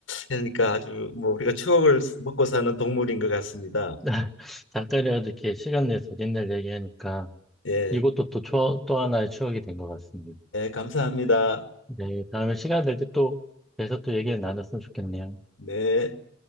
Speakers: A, on the left; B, in the centre.
A: 하니까 아주 뭐 우리가 추억을 먹고 사는 동물인 것 같습니다.
B: <laughs> 잠깐이라도 이렇게 시간 내서 옛날 얘기하니까
A: 예,
B: 이것도 또, 추억- 또 하나의 추억이 된 것 같습니다.
A: 예, 감사합니다.
B: 네, 다음에 시간 될 때 또, 그래서 또 얘기를 나눴으면 좋겠네요.
A: 네.